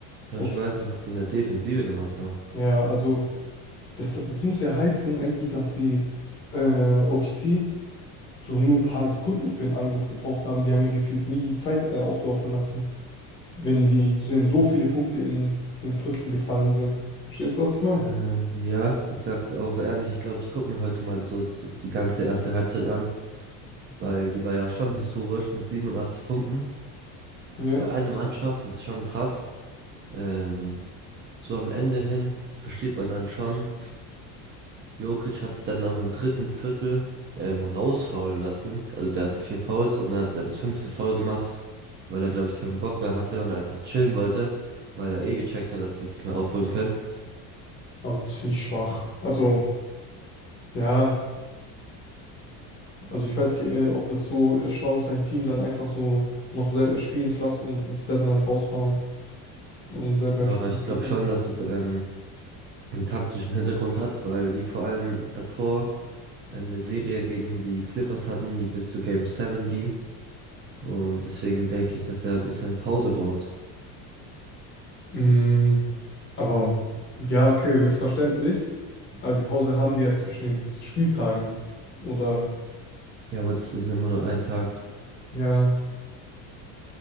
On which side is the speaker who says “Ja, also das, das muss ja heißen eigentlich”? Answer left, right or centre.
Left